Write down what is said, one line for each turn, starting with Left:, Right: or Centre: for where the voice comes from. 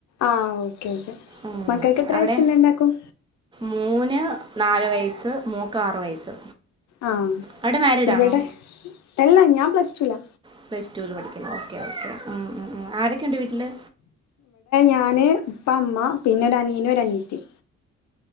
Left: ആഹ് ഓക്കെ ഓക്കെ
Right: അങ്ങനെ
Left: മക്കൾക്ക് എത്രവയസു
Right: അവിടെ
Left: ഇണ്ടാക്കും?
Right: മോന് നാല് വയസ്സ്, മോക്ക് ആറു വയസ്സ്.
Left: ആ
Right: അവിടെ മാരീഡാണോ
Left: ഇവിടെ അല്ലാ ഞാൻ പ്ലസ്ടുലാ.
Right: പ്ലസ് ടൂവിൽ പഠിക്കണു ഓക്കെ ഓക്കെ! ഉം ആരൊക്കെയുണ്ട് വീട്ടില്?
Left: ഞാന് ഇവിടെ ഉപ്പ അമ്മ പിന്നെ ഒരനിയനും ഒരനീത്തിം.